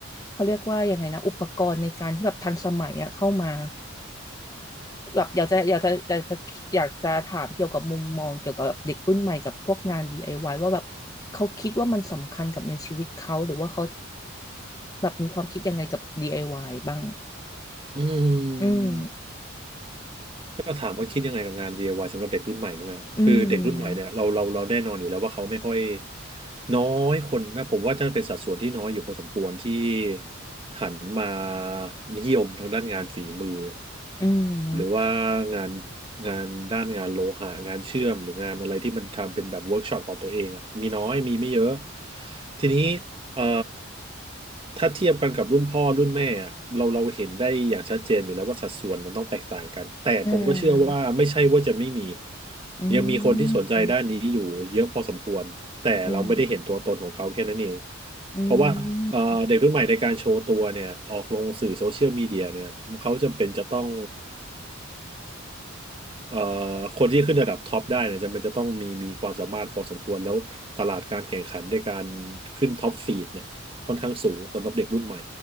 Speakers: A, on the left; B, on the right.
A: เขาเรียกว่ายังไงนะอุปกรณ์ในการที่แบบทันสมัยอะเข้ามาแบบอยากจะอยากจะอยากจะอยากจะถามเกี่ยวกับมุมมองเกี่ยวกับเด็กรุ่นใหม่กับพวกงาน DIY วายว่าแบบเขาคิดว่ามันสำคัญกับในชีวิตเขาหรือว่าเขาแบบมีความคิดยังไงกับ DIY บ้าง
B: อื
A: อืม
B: ม ก็ถามว่าคิดยังไงกับงาน DIY สำหรับเด็กรุ่นใหม่ใช่ไหมครับคือเด็กรุ่นใหม่เนี่ยเราเราเราแน่นอนอยู่แล้วว่าเขาไม่ค่อย
A: อืม
B: น้อยคนนะผมว่าจะเป็นสัดส่วนที่น้อยอยู่พอสมควรที่หันมานิยมทางด้านงานฝีมือ
A: อืม
B: หรือว่างานงานด้านงานโลหะงานเชื่อมหรืองานอะไรที่มันทำเป็นแบบเวิร์กช็อปของตัวเองอะมีน้อยมีไม่เยอะทีนี้ เอ่อถ้าเทียบกันกับรุ่นพ่อรุ่นแม่อะเราเราเห็นได้อย่างชัดเจนอยู่แล้วว่าสัดส่วนมันต้องแตกต่างกันแต่ผมก็เชื่อว่าไม่ใช่ว่าจะไม่มี
A: อ่าอื
B: ยังมีคนที่สนใจด้านนี้อยู่เยอะพอสมควรแต่เราไม่ได้เห็นตัวตนของเขาแค่นั้นเอง
A: มอืมอื
B: เพราะว่าเอ่อเด็กรุ่นใหม่ในการโชว์ตัวเนี่ยออกลงสื่อโซเชียลมีเดียเนี่ยเขาจำเป็นจะต้อง
A: ม
B: เอ่อคนที่ขึ้นระดับท็อปได้เนี่ยจำเป็นจะต้องมีมีความสามารถพอสมควรแล้วตลาดการแข่งขันในการขึ้นท็อปฟีดเนี่ยค่อนข้างสูงสำหรับเด็กรุ่นใหม่